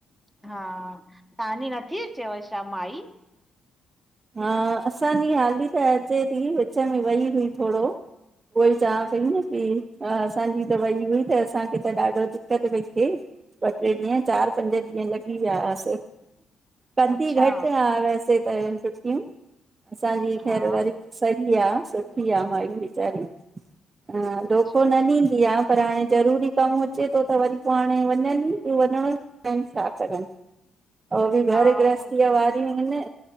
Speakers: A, in the centre; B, on the right.
A: हा तव्हांजी नथी अचेव छा माई?
B: हा असांजी हाली त अचे थी, विच में वई हुई थोरो उहोई चवां पई न की असांजी तवई हुई त असांखे त ॾाढो दिक़त पई थिए। ॿ टे ॾींहं। चारि, पंज ॾींहं लॻी विया हस। कंधी
A: अच्छा
B: घटि आहे वैसे त छुटठियूं असांजी
A: हा
B: ख़ैर वर सही आहे सुठी आहे माई वीचारी अ
A: अच्छा
B: धोखो न ॾींदी आ। पर हाणे ज़रूरी कमु हुजेे थो त वरी पोइ हाणे वञनि वञिणो छा कनि, बि घरु
A: हा उहो
B: गृहस्थीअ वारियूं आहिनि।